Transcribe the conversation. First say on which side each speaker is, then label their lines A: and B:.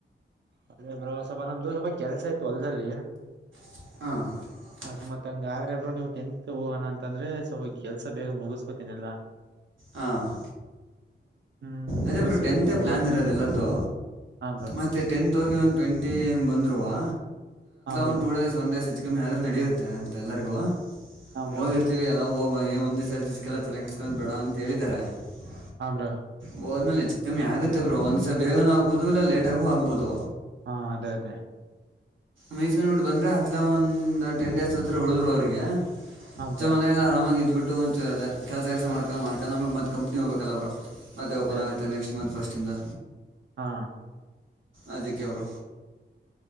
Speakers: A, on the right (about 65°); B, on the right (about 80°).
A: ಅದೇ ಬ್ರೋ ಸ್ವಪ ನಮ್ಮದು ಸ್ವಲ್ಪ ಕೆಲಸಾ ಇತ್ತು ಹೊಲದಲ್ಲಿ
B: ಪ್ಚ್ ಹಾ ಟಕ್
A: ಅದ ಮತ್ತಂಗ ಹಂಗ ಆದ್ರೆ ಬ್ರೋ ನೀವು ಟೆಂತ್ ಹೋಗೋಣ ಅಂತಂದ್ರೆ ಸ್ವಲ್ಪ ಕೆಲಸಾ ಬೇಗ ಮುಗಸ್ಕೊತೀನೆಲ್ಲಾ.
B: ಹಾ ಹೋದ
A: ಹ್ಮ್
B: ಅದೇ
A: ಮುಗಿಸ್ಕೊಂಡು
B: ಬ್ರೋ ಟೆಂತ್ ಅ
A: ಹೋಗೋಣ
B: ಪ್ಲಾನ್ ಇರೋದು ಎಲ್ಲಾರ್ದು
A: ಹಾ ಬ್ರೋ
B: ಮತ್ತೆ ಟೆಂತ್ ಹೋಗಿ ಟ್ವೆಂಟಿ ಹೆಂಗ್ ಬಂದ್ರುವಾ
A: ಹಾ ಬ್ರೋ
B: ಒಂದು ಟು ಡೇಸ್ ಹೆಚ್ಚು ಕಮ್ಮಿ ಕಮ್ಮ ಆದ್ರೂ ನಡೆಯುತ್ತೆ ಅಂತ ಎಲ್ಲರಿಗೂ
A: ಹಾ ಬ್ರೋ
B: ಹೋಗರಿತೇವಿ ಎಲ್ಲಾ ಹೋಗ್ <inaudible>
A: ಆ್ರ
B: ಹೋದ್ಮೇಲೆ ಕಮ್ಮಿ ಆಗುತ್ತೆ ಬ್ರೋ ಒಂದ್ಸ ಬೇಗನೂ ಆಗ್ಬಹುದು ಇಲ್ಲ ಲೇಟ್ಾಗೂ ಆಗ್ಬಹದು
A: ಹಾ ಅದೇ ಅದೇ
B: ಮೀಸ್ಕಂಡ್ಬಿಟ್ಟು ಬಂದ್ರೆ ಹತ್ಲ ಒಂದ್ ಟೆನ್ ಡೇಸ್ ಹತ್ರ ಉಳಿದ್ರು ಅವ್ರಿಗೆ
A: ಹಾ ಬ್ರೋ
B: ಚ ಮನ ಎಲ್ಲ ಆರಾಮ ಆಗತ್ತು ಬಿಟ್ಟಿ ಂದೆ ಕೆಲಸ ಕೆಲಸ ಮಾಡ್ಕೊಂಡ ಮಾಡ್ಕ ನಮ ಮತ್ತ ಕಂನಿ ಹೋಗಬೇಕಲ್ಲ ಅವರು ಮತ್ತೆ ಓಪನ್
A: ಅದೇ
B: ಆಗುತ್ತೆ
A: ಅದೇ
B: ನೆಕ್ಸ್ಟ್ ಮಂತ್ ಫಸ್ಟ್ ತಿಿಂದ
A: ಹಾ
B: ಅದಕ್ಕೆ ಬರ